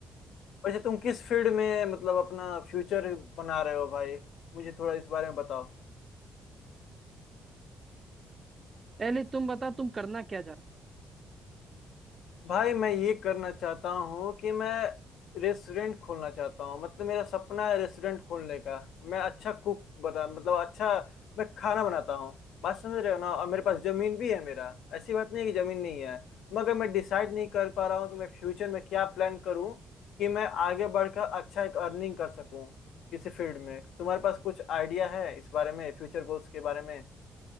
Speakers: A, on the left; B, on the right.
A: वैसे तुम किस फील्ड में मतलब अपना फ्यूचर बना रहे हो भाई मुझे थोड़ा इस बारे में बताओ
B: पहले तुम बता तुम करना क्या चाहते
A: भाई मैं ये करना चाहता हूँ कि मैं रेस्टोरेंट खोलना चाहता हूँ मतलब मेरा सपना है रेस्टोरेंट खोलने का मैं अच्छा कुक बना मतलब अच्छा मैं खाना बनाता हूँ बात समझ रहे हो ना और मेरे पास जमीन भी है मेरा ऐसी बात नहीं है कि जमीन नहीं है मगर मैं डिसाइड नहीं कर पा रहा हूँ कि मैं फ्यूचर में क्या प्लान करूँ कि मैं आगे बढ़कर अच्छा एक अर्निंग कर सकूँ किसी फील्ड में तुम्हारे पास कुछ आइडिया है इस बारे में फ्यूचर गोल्स के बारे में